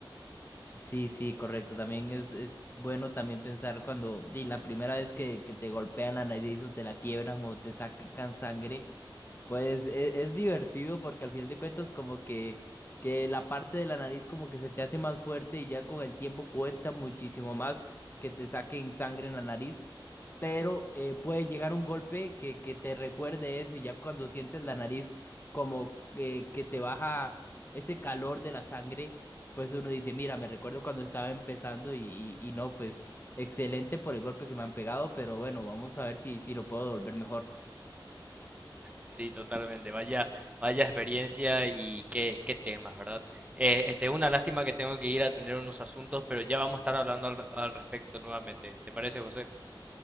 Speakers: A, on the left; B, on the right.
A: Sí, sí, correcto. También es, es bueno también pensar cuando di, la primera vez que, que te golpean la nariz o te la quiebran o te sacan sangre, pues e- es, divertido porque al final de cuentas como que, que la parte de la nariz como que se te hace más fuerte y ya con el tiempo cuesta muchísimo más que te saquen sangre en la nariz. pero eh, puede llegar un golpe que, que te recuerde eso y ya cuando sientes la nariz como eh, que te baja ese calor de la sangre, pues uno dice, mira, me recuerdo cuando estaba empezando y, y, y no, pues excelente por el golpe que me han pegado, pero bueno, vamos a ver si, si lo puedo volver mejor.
B: Sí, totalmente. Vaya, vaya experiencia y qué, qué temas, ¿verdad? Eh, este, una lástima que tengo que ir a atender unos asuntos, pero ya vamos a estar hablando al, al respecto nuevamente. ¿Te parece, José?